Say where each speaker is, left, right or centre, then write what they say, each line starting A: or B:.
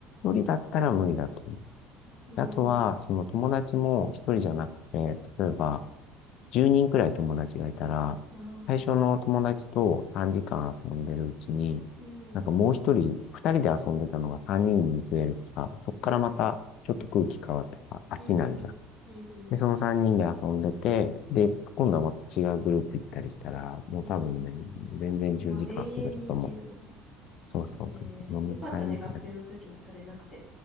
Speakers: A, on the left; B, on the left.
A: 一人だったら無理だと思う。
B: うん。
A: であとは、その友達も一人じゃなくて、例えば10人くらい友達がいたら、
B: ああ、
A: 最初の友達と3時間遊んでるうちに、
B: うん、
A: なんかもう一人、二人で遊んでたのが3人にんに増えるとさ、そっからまたちょっと空気変わってさ、
B: うん、うん、
A: 飽きないじゃん。
B: うん、うん、うん、うん、
A: で、その3人で遊んでて、
B: うん。
A: で、今度はまた違うグループ行ったりしたら、もう多分ね、
B: うん
A: 全然10時間遊べると思う。
B: まあ、永遠に行けるもんね。
A: そうそうそうそう。
B: えー、
A: 飲み会みたいな
B: よかったね、学生の時にそれなくて。